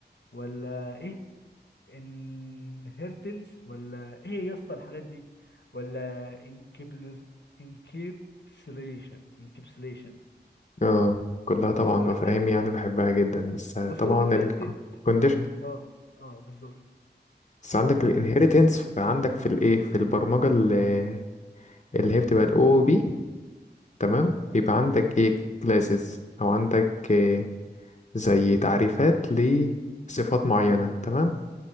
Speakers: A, on the left; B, on the left.
A: ولا ايه انهيرتنس ولا ايه يا اسطى الحاجات دي ولا انكبلز انكبسليشن انكبسليشن
B: اه كلها طبعا
A: بص
B: مفاهيم
A: ممكن ت...
B: يعني بحبها جدا بس طبعا
A: بص ممكن ت... ت...
B: الكونديشن
A: اه اه بالظبط
B: بس عندك
A: طب
B: الانهيرتنس
A: ال-
B: عندك في الايه في البرمجه اللي, اللي هي بتبقى الاو بي تمام بيبقى عندك ايه كلاسز او عندك إيه زي تعريفات لصفات معينه تمام